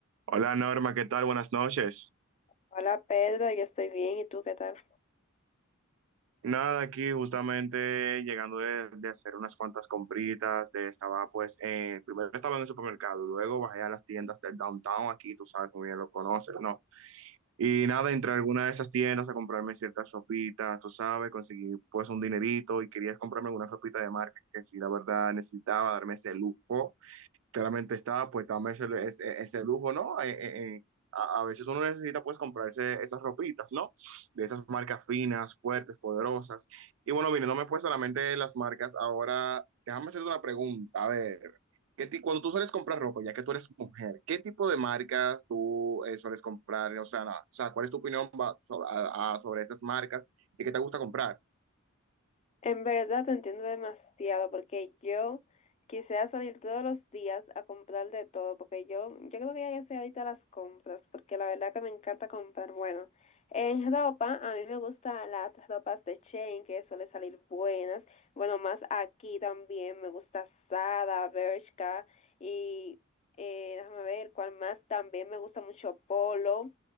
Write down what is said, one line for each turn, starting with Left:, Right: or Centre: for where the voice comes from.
Right: Hola Norma, ¿qué tal? Buenas noches.
Left: Hola Pedro, yo estoy bien, ¿y tú qué tal?
Right: Nada, aquí justamente llegando de, de hacer unas cuantas compritas, de, estaba pues, eh, primero estaba en el supermercado, luego bajé a las tiendas del downtown, aquí tú sabes muy bien lo conoces, ¿no? Y nada, entré a alguna de esas tiendas a comprarme ciertas ropitas, tú sabes, conseguí pues un dinerito y quería comprarme una ropita de marca que sí, la verdad necesitaba darme ese lujo. claramente está pues dame ese, ese, ese lujo, ¿no? Eh, eh, eh, a, a, veces uno necesita pues comprarse esas ropitas, ¿no? De esas marcas finas, fuertes, poderosas. Y bueno, mire, no me pues solamente las marcas. Ahora, déjame hacerte una pregunta. A ver, ¿qué ti- cuando tú sueles comprar ropa, ya que tú eres mujer, ¿qué tipo de marcas tú eh, sueles comprar? O sea, no, o sea, ¿cuál es tu opinión va- so- a- a- sobre esas marcas y qué te gusta comprar?
Left: En verdad te entiendo demasiado porque yo quisiera salir todos los días a comprar de todo porque yo, yo creo que ya yo soy ahorita las compras porque la verdad que me encanta comprar. Bueno, en ropa a mí me gustan las ropas de Shein que suelen salir buenas. Bueno, más aquí también me gusta Zara, Bershka y eh, déjame ver cuál más. También me gusta mucho Polo,